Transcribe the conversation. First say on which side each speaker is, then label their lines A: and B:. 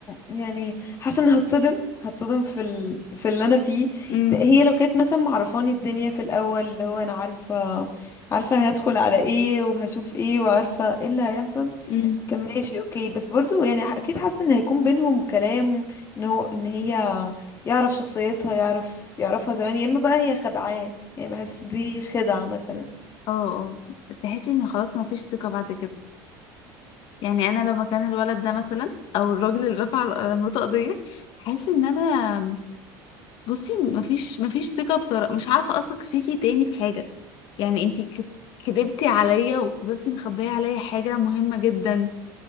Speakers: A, on the left; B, on the left.
A: يعني حاسة اني هتصدم هتصدم في ال... في اللي انا فيه
B: امم
A: هي لو كانت مثلا معرفاني الدنيا في الاول اللي هو انا عارفة عارفة هدخل على ايه وهشوف ايه وعارفة ايه اللي هيحصل
B: امم
A: كان ماشي اوكي بس برضو يعني ح- اكيد حاسه ان هيكون بينهم كلام ان هو ان هي يعرف شخصيتها يعرف يعرفها زمان يا اما بقى هي خدعاه يعني بحس دي خدعه مثلا
B: اه اه تحسي ان خلاص ما فيش ثقه بعد كده يعني انا لما كان الولد ده مثلا او الراجل اللي رفع على مراته قضيه حاسه ان انا بصي مفيش مفيش ثقة بصراحة مش عارفة أثق فيكي تاني في حاجة يعني انتي كد- كدبتي عليا وفضلتي مخبية عليا حاجة مهمة جدا